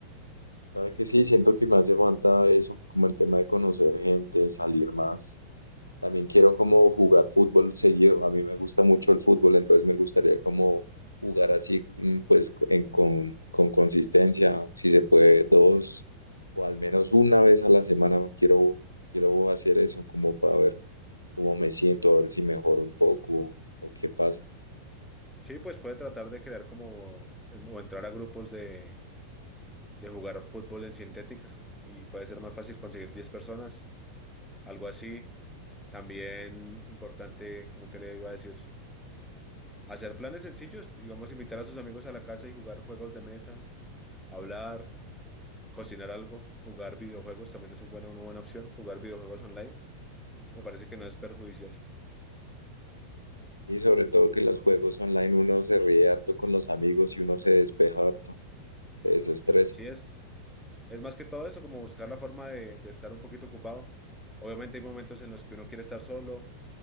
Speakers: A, on the left; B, in the centre.
A: ¿Sabe que sí? Siento que me hace falta eso, como el tema de conocer gente, salir más. También quiero como jugar fútbol seguido. A mí me gusta mucho el fútbol, entonces me gustaría como jugar así, mm, pues co- en- con, con consistencia, si se puede, dos o al menos una vez a la semana. Quiero, quiero hacer eso como para ver cómo me siento, a ver si mejoro un poco o o qué pasa.
B: Sí, pues puede tratar de crear como en- o entrar a grupos de de jugar fútbol en sintética y puede ser más fácil conseguir 10 personas, algo así. También importante, como que le iba a decir, hacer planes sencillos, digamos, invitar a sus amigos a la casa y jugar juegos de mesa, hablar, cocinar algo, jugar videojuegos también es un buena- una buena opción, jugar videojuegos online, me parece que no es perjudicial.
A: Y sobre todo que en los juegos online uno se ríe harto con los amigos y uno se despeja harto, se desestresa.
B: Sí, es, es más que todo eso, como buscar la forma de, de estar un poquito ocupado. Obviamente hay momentos en los que uno quiere estar solo,